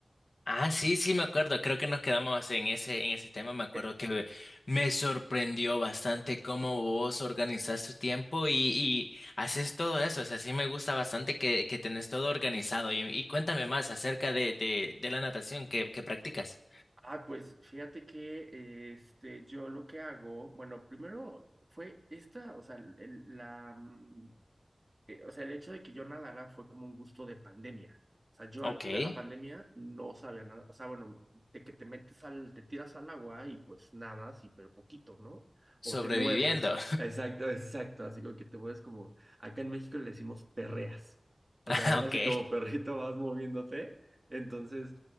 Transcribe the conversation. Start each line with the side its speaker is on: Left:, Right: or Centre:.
Left: Ah, sí, sí, me acuerdo. Creo que nos quedamos en ese, en ese tema. Me acuerdo
Right: Eh,
Left: que me sorprendió bastante cómo vos organizás tu tiempo y, y haces todo eso. O sea, sí me gusta bastante que, que tenés todo organizado. Y, y cuéntame más acerca de, de, de la natación que, que practicas.
Right: ah, pues fíjate que eh, este, yo lo que hago, bueno, primero fue esta, o sea, el- el- la, mm, eh, o sea, el hecho de que yo nadara fue como un gusto de pandemia. O sea, yo
Left: Ok.
Right: antes de la pandemia no sabía nada. O sea, bueno, de que te metes al, te tiras al agua y pues nadas y pero poquito, ¿no?
Left: Sobreviviendo.
Right: O te mueves. Exacto, exacto. Así como que te mueves como, acá en México le decimos perreas. O
Left: <laughs>
Right: sea, agarras
Left: Ok.
Right: así como perrito vas moviéndote. Entonces,